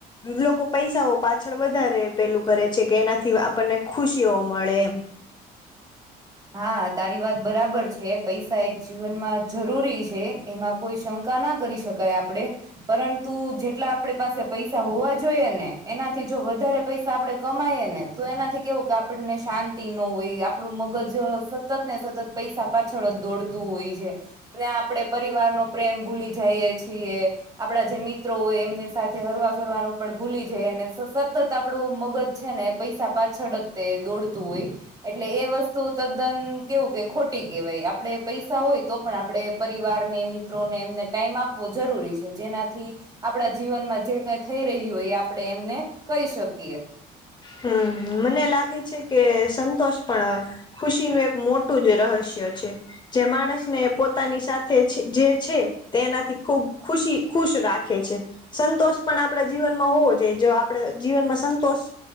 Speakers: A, on the left; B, on the right.
A: લોકો પૈસાઓ પાછળ વધારે પેલું કરે છે કે એનાથી આપણને ખુશીઓ મળે.
B: હા તારી વાત બરાબર છે પૈસા એક જીવનમાં જરૂરી છે એમાં. કોઈ શંકા ના કરી શકાય આપણે. પરંતુજેટલાં આપડી પાસે પૈસા હોવા જોઈએ ને એનાથી જો વધારે આપડે કમાઈએ ને. તો એનાથી કેવું કે આપણને શાંતિ ન હોય. આપણું મગજ સતત ને સતત પૈસા પાછળ જ દોડતું હોય છે. ત્યા આપડે પરિવાર નો પ્રેમ ભૂલી જઈ છીએ. આપડા જે મિત્રો હોય એમની સાથે હરવા ફરવાનું પણ ભૂલી જઈએ અને સતત આપડું મગજ છે ને. પૈસા પાછળ જ તે દોડતું હોય. એટલે એ વસ્તુ તદ્દન કેવું કે ખોટી કહેવાય આપણે પૈસા હોય તો પણ આપણે પરિવારનેિત. મિત્રોને એમને ટાઈમ આપવો જરૂરી છે જેનાથી આપણા જીવનમાં થઈ રહ્યું હોય એ આપડણે એમને કહી શકીએ.
A: હમ મને લાગે છે કે સંતોષ પણ. ખુશીનું એક મોટું જ રહસ્ય છે. જે માણસને પોતાની સાથે જે છે તે એનાથી ખૂબ ખુશી ખુશ રાખે છે. સંતોષ પણ આપણા જીવનમાં હોવો જોઈએ જો આપણે જીવનમાં સંતોષ.